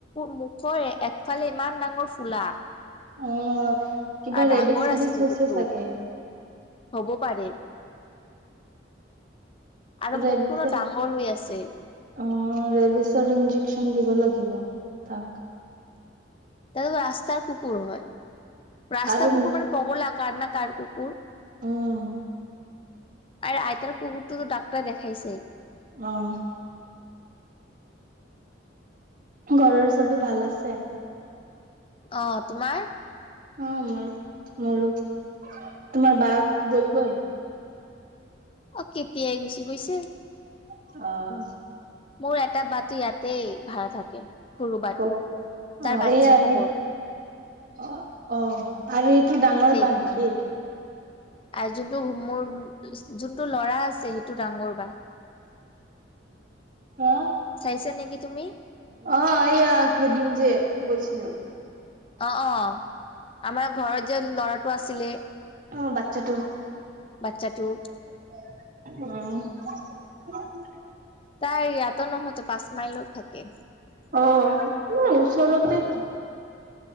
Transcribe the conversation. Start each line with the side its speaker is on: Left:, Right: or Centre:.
Left: মুখৰ একফালে ইমান ডাঙৰ ফুলা। আ,
Right: অ কিবা ৰেবিচ
Left: ডাঙৰ
Right: চেবিচ
Left: আছে কুকুৰটো।
Right: হৈছে চাগে
Left: হ'ব পাৰে। আৰু
Right: ৰেবিচৰ
Left: মখটোনো ডাঙৰ হৈ আছে।
Right: অ' ৰেবিচৰ ইন্জেকচন দিব লাগিব তাক।
Left: তাতেতো ৰাস্তাৰ কুকুৰ হয়, ৰাস্তাৰ
Right: আৰু
Left: কুকুৰ মানে পগলা কাৰ না কাৰ কুকুৰ।
Right: উম
Left: আৰু আইতাৰ কুকুৰটোতো ডাক্তাৰ দেখাইছেই।
Right: অ'। ঘৰৰ চবে ভাল আছে?
Left: অ' তোমাৰ?
Right: অ' মোৰ মোৰো। তোমাৰ বাক গ'লগৈ?
Left: অ' কেতিয়াই গুচি গৈছে।
Right: অ'।
Left: মোৰ এটা বাতো ইয়াতে ভাড়া থাকে। সৰু বাটো
Right: ক'ক?
Left: তাৰ
Right: অ'
Left: বাচ্ছা
Right: হেয়া
Left: হ'ব
Right: হেই অ', অ' আৰু এইটো ডাঙৰ
Left: এইখিনি
Right: বা নেকি?
Left: আৰু যোনটো মোৰ যোনটো ল'ৰা আছে সেইটো ডাঙৰ বা।
Right: অ
Left: চাইছে নেকি তুমি।
Right: অ' এইয়া সেইদিন যে গৈছিলোঁ।
Left: অ', অ' আমাৰ ঘৰত যে ল'ৰাটো আছিলে।
Right: অ', বাচ্ছাটো।
Left: বাচ্ছাটো
Right: অ'।
Left: তাই ইয়াতো নহয়তো পাঁচ মাইলট থাকে।
Right: অ', ওচৰতেতো